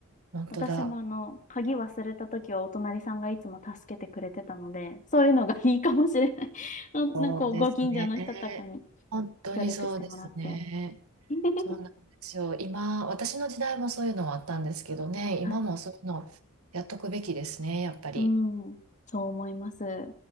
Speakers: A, on the right; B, on the left.
A: 本当だ。
B: 私もあの、鍵忘れた時はお隣さんがいつも助けてくれてたので、そういうのがいいかもしれない。<laughs> ななんかこうご近所の人とかに
A: そうですね。本当にそうですね。
B: 協力してもらって。<laughs>
A: そうなんですよ。今、私の時代もそういうのはあったんですけどね、
B: はい。
A: 今もそういうのやっとくべきですね、やっぱり。
B: うん、そう思います。